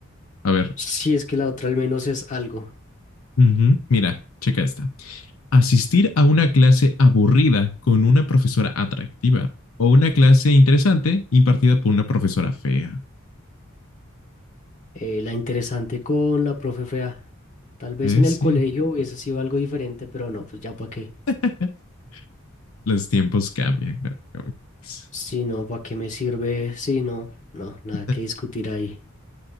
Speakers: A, on the left; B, on the left.
A: A ver,
B: Sí, es que la otra al menos es algo.
A: ujú, mira, checa esta. Asistir a una clase aburrida con una profesora atractiva o una clase interesante impartida por una profesora fea.
B: Eh, la interesante con la profe fea. Tal vez
A: Eh,
B: en
A: sí.
B: el colegio hubiese sido algo diferente, pero no, pues ya para qué.
A: <laughs> Los tiempos cambian. ¿no? Como que- sí.
B: Sí, no, ¿para qué me sirve? Sí, no, no, nada
A: <laughs>
B: que discutir ahí.